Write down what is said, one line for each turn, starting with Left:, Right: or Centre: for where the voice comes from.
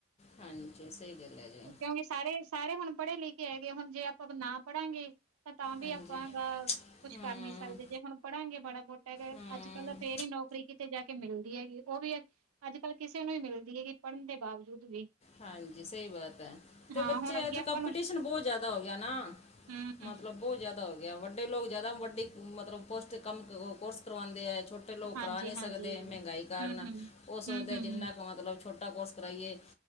Left: ਹਾਂਜੀ, ਸਹੀ ਗਲ ਜੀ।
Right: ਕਿਉਂਕਿ ਸਾਰੇ ਸਾਰੇ ਹੁਣ ਪੜ੍ਹੇ- ਲਿਖੇ ਹੈਗੇ ਹੁਣ ਜੇ ਆਪਾਂ ਨਾ ਪੜਾਂਗੇ। ਤਾਂ ਤਾਂ ਵੀ
Left: ਹਾਂਜੀ
Right: ਆਪਾਂ ਕੁਛ
Left: ਹਮ
Right: ਕਰ ਨੀ ਸਕਦੇ ਜੇ। ਹੁਣ ਪੜਾਂਗੇ ਮਾੜਾ- ਮੋਟਾ ਹੈਗਾ।
Left: ਹਮ
Right: ਅੱਜ ਕੱਲ ਤਾਂ ਫੇਰ ਹੀ। ਨੌਕਰੀ ਕਿਤੇ ਜਾ ਕੇ ਮਿਲਦੀ ਹੈਗੀ। ਉਹ ਵੀ ਅੱਜ-ਕੱਲ੍ਹ ਕਿਸੇ ਨੂੰ ਵੀ ਮਿਲਦੀ ਹੈਗੀ ਪੜ੍ਹਨ ਦੇ ਬਾਵਜੂਦ ਵੀ।
Left: ਹਾਂਜੀ ਸਹੀ ਬਾਤ ਹੈ, ਤੇ
Right: ਹਾਂ
Left: ਬੱਚੇ
Right: ਹੁਣ ਅੱਗੇ
Left: ਅੱਜ
Right: ਆਪਾਂ
Left: ਕੰਪੀਟੀਸ਼ਨ
Right: ਨੂੰ
Left: ਬਹੁਤ ਜਿਆਦਾ ਹੋ ਗਿਆ, ਨਾ
Right: ਹੂੰ
Left: ਮਤਲਬ
Right: ਹੂੰ
Left: ਬਹੁਤ ਜ਼ਿਆਦਾ ਹੋ ਗਿਆ, ਵੱਡੇ ਲੋਕ ਜ਼ਿਆਦਾ ਵੱਡੀ ਮਤਲਬ ਪੋਸਟ ' ਕੰਮ ਕੋਰਸ ਕਰਵਾਦੇ ਹੈ ਛੋਟੇ ਛੋਟੇ ਲੋਕ
Right: ਹਾਂਜੀ
Left: ਕਰਾ ਨਹੀਂ ਸਕਦੇ
Right: ਹਾਂਜੀ
Left: ਮਹਿੰਗਾਈ, ਕਾਰਨ
Right: ਹੂੰ ਹੂੰ
Left: ਉਹ ਸੋਦੇ
Right: ਹੂੰ ਹੂੰ
Left: ਜਿੰਨਾ ਕੁ ਮਤਲਬ ਛੋਟੇ ਛੋਟਾ ਕੋਰਸ ਕਰਾਈਏ,